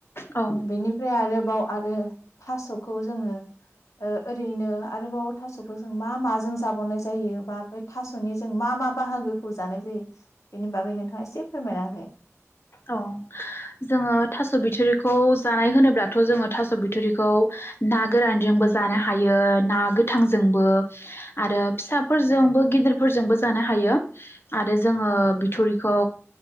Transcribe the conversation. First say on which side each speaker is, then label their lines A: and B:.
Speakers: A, on the left; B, on the left.
A: औ
B: बेनिफ्राय आरो। बाव आरो थास खौ जोङो ओ ओरैनो आरोबाव थासखौ जों मा माजों जाबावनाय जायो बा बे थासनि जों मा मा बाहागो खौ जानाय जायो बेनि बागै नोंथाङा एसे फोरमायना होलाय।
A: औ जोङो थास बिथरिखौ जानाय होनोब्लाथ जोङो थास बिथरिखौ ना गोरानजोंबो जानो हायो ना गोथांजोंबो आरो फिसाफोरजोंबो गिदिर फोरजोंबो जानो हायो। आरो जोङो
B: औ
A: बिथरिखौ